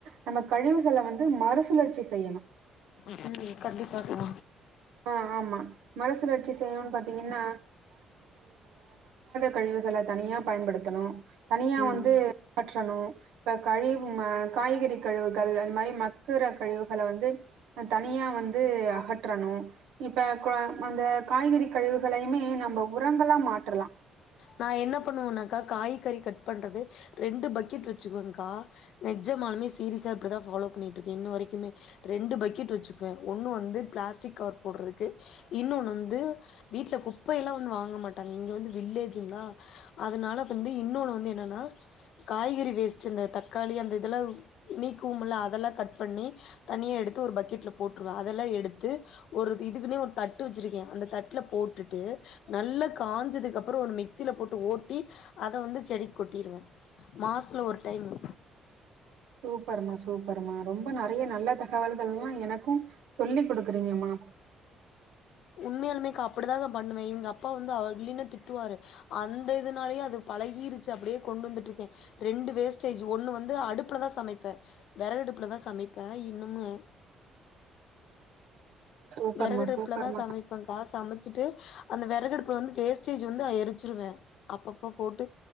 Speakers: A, on the right; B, on the left.
A: நம்ம கழிவுகளை வந்து மறுசுழற்சி செய்யணும்
B: ம் கண்டிப்பா கா
A: ஆ ஆமா மறுசுழற்சி செய்யணும்னு பாத்தீங்கன்னா கழிவுகளை தனியா பயன்படுத்தணும் தனியா
B: ம்
A: வந்து
B: ம்
A: கற்றணும் இப்ப கழிவு மா காய்கறி கழிவுகள் அந்த மாரி மக்கற கழிவுகள வந்து தனியா வந்து அகற்றணும் இப்ப க அந்த காய்கறி கழிவுகளையுமே நம்ம உரங்கலா மாற்றலாம்
B: நான் என்ன பண்ணுவனாக்கா காய்கறி கட் பண்றது ரெண்டு பக்கெட் வச்சுக்குவேக்கா நெஜமாலுமே சீரியஸா இப்டிதான் ஃபாலோ பண்ணிட்டு இருக்கன் இன்னோ வரைக்குமே ரெண்டு பக்கெட் வச்சுக்குவேன் ஒன்னு வந்து பிளாஸ்டிக் கவர் போடுறதுக்கு இன்னொன்னு வந்து வீட்ல குப்பையல்லாம் வந்து வாங்க மாட்டாங்க இங்க வந்து வில்லேஜங்களா அதனால வந்து இன்னொன்னு வந்து என்னன்னா காய்கறி வேஸ்ட் அந்த தக்காளி அந்த இதெல்லாம் நீக்குவும் இல்ல அதெல்லாம் கட் பண்ணி தனியா எடுத்து ஒரு பக்கெட்ல போட்டுருவன் அதெல்லாம் எடுத்து ஒரு இதுக்குன்னே ஒரு தட்டு வச்சிருக்கேன் அந்த தட்ல போட்டுட்டு நல்லா காஞ்சதுக்கு அப் புறம் ஒரு மிக்சில போட்டு ஓட்டி அத வந்து செடிக்கு கொட்டிருவேன் மாசத்துல ஒரு டைமு
A: சூப்பர்மா சூப்பருமா ரொம்ப நறையா நல்ல தகவல்கள்லாம் எனக்கும் சொல்லிக் கொடுக்குறீங்கமா
B: உண்மையாலுமேக்கா அப்படிதாக்கா பண்ணுவேன் எங்க அப்பா வந்து அவ இல்லின்னா திட்டுவாரு அந்த இதுனாலயே அது பழகிருச்சி அப்டே கொண்டு வந்துட்டு இருக்கேன் ரெண்டு வேஸ்டேஜ் ஒண்ணு வந்து அடுப்புலதான் சமைப்பேன் வெறகு அடுப்புலதான் சமைப்பேன் இன்னுமே
A: சூப்பர்மா
B: வெறகு அடுப்லதான்
A: சூப்பர்மா
B: சமைப்பேங்க்கா சமை ச்சிட்டு அந்த வெறகடுப்புல வந்து வேஸ்டேஜ் வந்து எரிச்சிருவேன் அப்பப்ப போட்டு